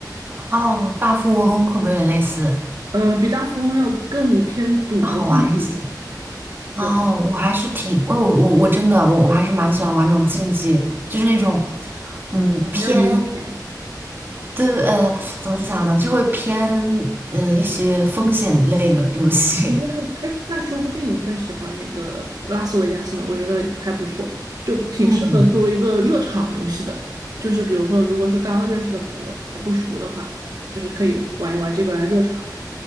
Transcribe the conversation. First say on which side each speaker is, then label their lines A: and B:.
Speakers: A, on the right; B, on the right.
A: 哦，大富翁会不会有点类似？
B: 呃，比大富翁要更偏赌博性质一些，
A: 要好玩一些。哦，
B: 对，
A: 我还是挺，我我我真的我我还是蛮喜欢玩这种竞技，就是那种，嗯，
B: 啊，
A: 偏
B: 要赢一点。
A: 对呃，怎么讲呢，就会偏嗯、呃一些风险类的游戏。
B: 哦，哎，那说不定你会喜欢那个拉斯维加斯呢，我觉得还不错，就挺适合作为一个热场游戏的。
A: <laughs> 嗯，
B: 就是比如说，如果是刚认识的朋友还不熟的话，就是可以玩一玩这个来热场。